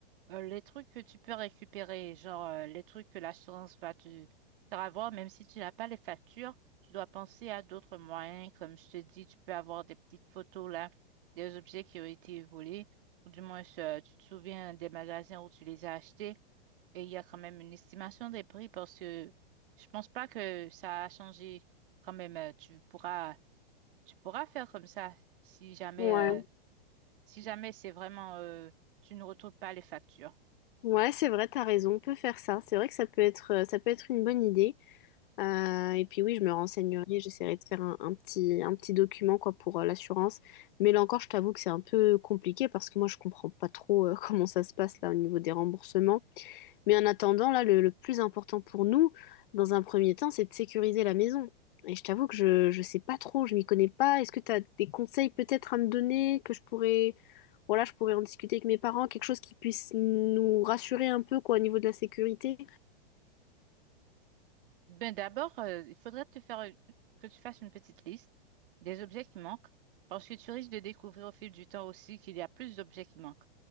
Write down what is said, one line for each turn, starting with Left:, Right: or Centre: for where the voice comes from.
Right: euh, les trucs que tu peux récupérer, genre euh, les trucs que l'assurance va te faire avoir, même si tu n'as pas les factures, tu dois penser à d'autres moyens. Comme je te dis, tu peux avoir des petites photos là, des objets qui ont été volés, ou du moins euh, tu te souviens des magasins où tu les as achetés, et il y a quand même une estimation des prix parce que je pense pas que ça a changé. Quand même, euh, tu pourras, tu pourras faire comme ça si jamais.
Left: Ouais,
Right: euh, si jamais c'est vraiment, euh, tu ne retrouves pas les factures.
Left: ouais, c'est vrai, t'as raison, on peut faire ça. C'est vrai que ça peut être, euh, ça peut être une bonne idée. Euh, et puis oui, je me renseignerai, j'essaierai de faire un, un petit, un petit document quoi, pour euh, l'assurance. Mais là encore, je t'avoue que c'est un peu compliqué parce que moi, je comprends pas trop euh, <laughs> comment ça se passe là au niveau des remboursements. Mais en attendant, là, le, le plus important pour nous, dans un premier temps, c'est de sécuriser la maison. Et je t'avoue que je, je sais pas trop, je m'y connais pas. Est-ce que tu as des conseils peut-être à me donner que je pourrais, voilà, je pourrais en discuter avec mes parents, quelque chose qui puisse nous rassurer un peu quoi, au niveau de la sécurité?
Right: Ben d'abord, euh, il faudrait te faire, euh, que tu fasses une petite liste des objets qui manquent, parce que tu risques de découvrir au fil du temps aussi qu'il y a plus d'objets qui manquent.